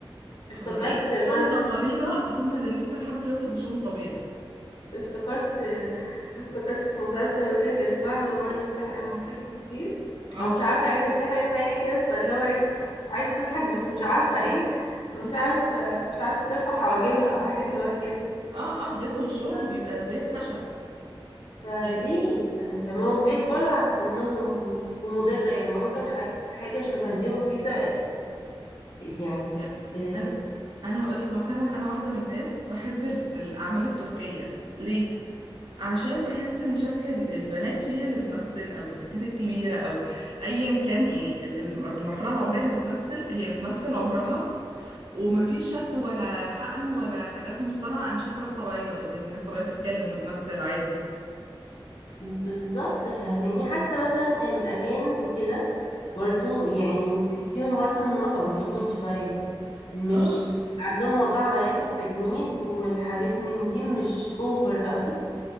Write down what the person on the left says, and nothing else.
افتكرت
مرة
افتكرت افتكرت في مسلسل كده كان في واحدة برضه بتحقن بوتوكس كتير
او مش عارفة يعني هي بتحقن حاجة كده فاللي هو ايه عايزة تضحك بس مش عارفة ايه مش عارفة مش عارفة ترفع حواجبها او حاجة شبه كده
ف-
فليه
يعني فما وبيكبروا عن سنهم و- ومضرة يعني ممكن ح- حاجة شبه دي بسيطة يعني
آه،
بالظبط فاهماني حتى مثلا الأجانب وكده برضو يعني تحسيهم برضو ان هما طبيعيين شوية مش
عندهم موضوع عمليات التجميل والحاجات من دي مش اوفر قوي